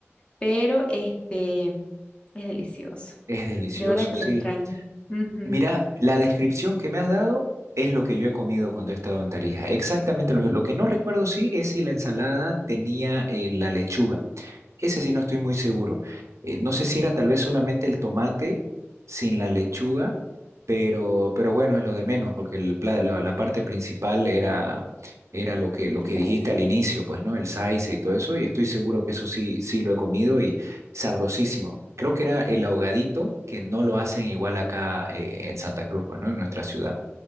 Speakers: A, on the left; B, on the right.
A: pero este es delicioso.
B: es delicioso,
A: De verdad que
B: sí.
A: lo extraño. Ujú,
B: Mira, la descripción que me has dado es lo que yo he comido cuando he estado en Tarija. Exactamente lo mismo. Lo que no recuerdo, sí, es si la ensalada tenía eh, la lechuga. Ese sí no estoy muy seguro. Eh, no sé si era tal vez solamente el tomate sin la lechuga, pero, pero bueno, es lo de menos, porque el pla- la, la parte principal era, era lo que, lo
A: el
B: que
A: size.
B: dijiste al inicio, pues, ¿no? El saice y todo eso, y estoy seguro que eso sí, sí lo he comido y sabrosísimo. Creo que era el ahogadito, que no lo hacen igual acá eh, en Santa Cruz, pues, ¿no? En nuestra ciudad.